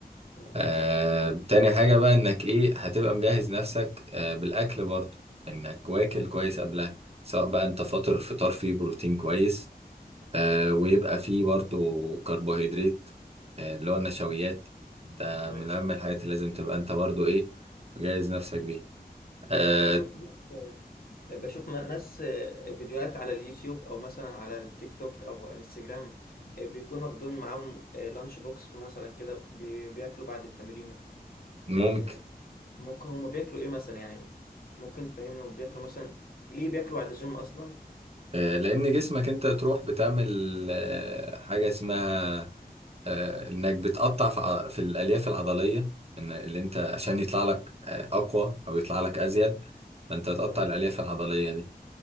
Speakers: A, on the left; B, on the right.
A: تمام
B: آه تاني حاجه بقى انك ايه هتبقى مجهز نفسك آه بالاكل برضه انك واكل كويس قبلها سواء بقى انت فاطر فطار فيه بروتين كويس آه ويبقى فيه برضه كربوهيدرات آه اللي هو النشويات ده
A: تمام.
B: من اهم الحاجات اللي لازم تبقى انت برضه ايه مجهز نفسك بيها آه
A: انا بشوف آه، بشوف م- ناس آه، فيديوهات على اليوتيوب او مثلا على التيك توك او انستجرام آه، بيكون واخدون معاهم آه، لانش بوكس مثلا كده بي... بياكلوا بعد التمرين
B: ممكن
A: آه، ممكن هما بياكلوا ايه مثلا يعني ممكن تفهمنا بياكلوا مثلا ليه بياكلوا بعد الجيم اصلا
B: آه، لأن جسمك أنت تروح بتعمل آه، حاجة اسمها آه، إنك بتقطع في ع- في الألياف العضلية إن اللي أنت عشان يطلع لك آه، أقوى أو يطلع لك أزيد فأنت تقطع
A: تمام
B: الألياف العضلية دي